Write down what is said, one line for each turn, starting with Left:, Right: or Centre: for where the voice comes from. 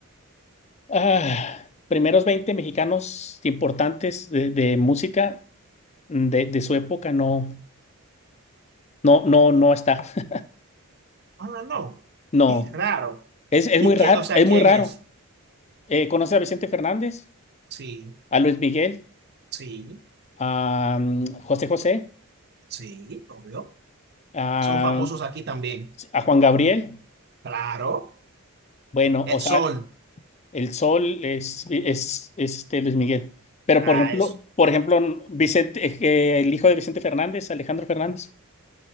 Left: ah, primeros 20 mexicanos importantes de, de música de, de su época, no, no, no, no está, <laughs>
Right: ah, no, no,
Left: no,
Right: es raro.
Left: es, es
Right: ¿Y
Left: muy raro,
Right: qué, o sea,
Left: es
Right: quién
Left: muy raro.
Right: es?
Left: Eh, ¿conoces a Vicente Fernández,
Right: Sí,
Left: a Luis Miguel,
Right: sí,
Left: a mm, José José,
Right: sí, obvio.
Left: a,
Right: Son famosos aquí también.
Left: a Juan Gabriel?
Right: Claro,
Left: Bueno,
Right: el
Left: o sea,
Right: sol,
Left: El Sol es, es, es, este Luis Miguel. Pero
Right: ah,
Left: por ejemplo,
Right: eso,
Left: por ejemplo, Vicente, eh, que el hijo de Vicente Fernández, Alejandro Fernández.